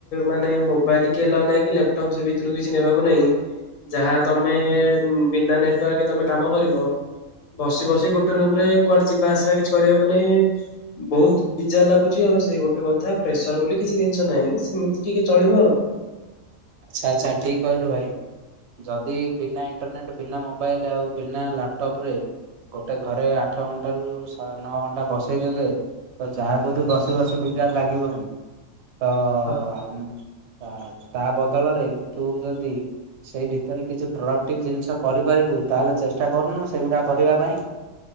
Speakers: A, on the left (about 65°); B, on the right (about 60°).
A: ମାନେ ମୋବାଇଲ କେଲ ନେଇକି ଲାପଟପ ସେ ଭିତରୁ କିଛି ନେବାକୁ ନାହିଁ। ଯାହା ତମେ ବିନା ନେଟୱାର୍କରେ ତମେ କାମ କରିବ। ବସି ବସି ଗୋଟେ ରୁମରେ କୁଆଡେ ଯିବା ଆସିବା କିଛି କରିବାକୁ ନାହିଁ, ବହୁତ ପିଜା ଲାଗୁଛି ଆଉ ସେଇ ଗୋଟେକଥା ପ୍ରେସର ବୋଲି କିଛି ଜିନଷ ନାହିଁ। ଏମିତି ଟିକେ ଚଳିବ ଆଉ।
B: ଆଛା ଆଛା ଠିକ କହିଲୁ ଭାଇ ଯଦି ବିନା ଇଣ୍ଟରନେଟ୍, ବିନା ମୋବାଇଲ, ଆଉ ବିନା ଲାପଟପରେ ଗୋଟେ ଘରେ ଆଠଘଣ୍ଟାରୁ ସା ନଅଘଣ୍ଟା ବସେଇଦେବେ ତ ଯାହାକୁହନ୍ତୁ ବସି ବସି ବିଝାର ଲାଗିବ ହିଁ। ତ
A: ଆଉ।
B: ଆମ୍ ତା ତା ବଦଳରେ ତୁ ଯଦି ସେଇ ଭିତରେ କିଛି ପଡ଼କ୍ଟିଭ୍ ଜିନିଷ କରିପାରିବୁ ତାହେଲେ ଚେଷ୍ଟା କରୁନୁ ସେଗୁଡ଼ା କରିବା ପାଇଁ।